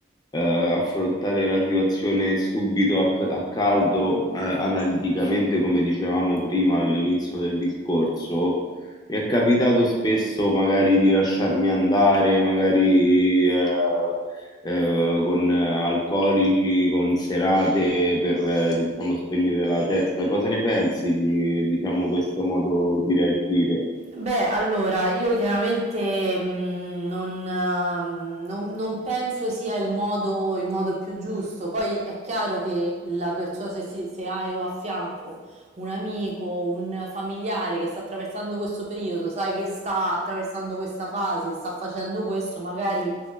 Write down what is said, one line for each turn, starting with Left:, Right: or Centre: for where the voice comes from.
Left: eh, affrontare la situazione subito a, a caldo, eh, analiticamente, come dicevamo prima all'inizio del discorso, mi è capitato spesso magari di lasciarmi andare, magari eh, eh, con eh, alcolici, con serate per, eh, diciamo, spegnere la testa. Cosa ne pensi di, diciamo, questo modo di reagire?
Right: Beh, allora, io chiaramente mh, non, eh, non- non penso sia il modo, il modo più giusto. Poi è chiaro che la persona, se, si- se hai a fianco un amico, un familiare che sta attraversando questo periodo, sai che sta attraversando questa fase, sta facendo questo, magari